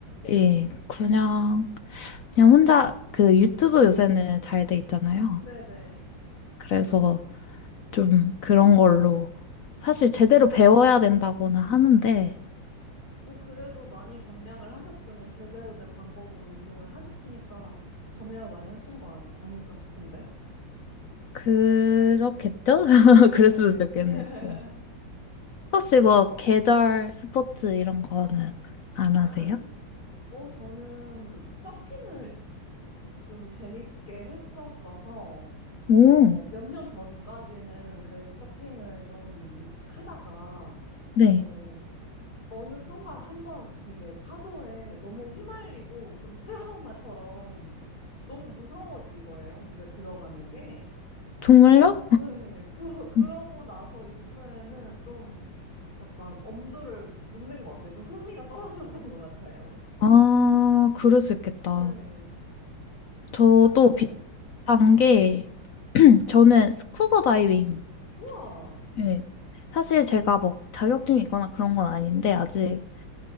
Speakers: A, on the left; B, on the left.
A: 예, 그냥, 그냥 혼자 그 유튜브 요새는 잘 돼 있잖아요.
B: 네네.
A: 그래서 좀 그런 걸로 사실
B: 아,
A: 제대로 배워야 된다고는 하는데,
B: 어, 그래도 많이 감량을 하셨으면 제대로 된 방법으로 운동을 하셨으니까 감량을 많이 하신 거 아, 아닐까 싶은데?
A: 그렇겠죠? <laughs>
B: 네.
A: 그랬으면 좋겠네요.
B: <laughs>
A: 네. 혹시 뭐 계절
B: 네.
A: 스포츠 이런 거는 안
B: 아,
A: 하세요?
B: 어, 저는 서핑을 좀 재밌게 했었어서,
A: 오,
B: 뭐, 몇 년 전까지는 그래도 서핑을 좀 하다가,
A: 네.
B: 어, 어느 순간 한 번 되게 파도에 너무 휘말리고 좀 트라우마처럼 너무 무서워진 거예요, 물에 들어가는 게.
A: 정말요?
B: 네, 그러, 그러고
A: <laughs>
B: 나서 이후에는 좀 약간 엄두를 못 낸 것 같아요. 좀 흥미가 떨어졌던 것 같아요.
A: 아, 그럴 수 있겠다.
B: 네.
A: 저도
B: 뭐 다, 네.
A: 비슷한 게, <clears throat> 저는 스쿠버 다이빙
B: 우와!
A: 네. 사실 제가 뭐 자격증이 있거나 그런 건 아닌데, 아직
B: 네.